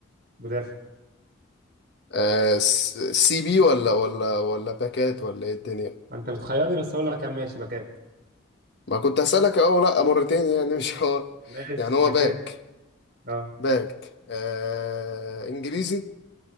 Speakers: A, on the right; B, on the left.
A: مدافع
B: آه س- سي بي ولا ولا ولا باكات ولا ايه الدنيا
A: انت بتخيرني بس اقول لك يا عم ماشي باكات
B: ما كنت هسألك اه لا مرتين يعني مش هو
A: ماشي
B: يعني هو
A: باكات
B: باك
A: اه
B: باك آه انجليزي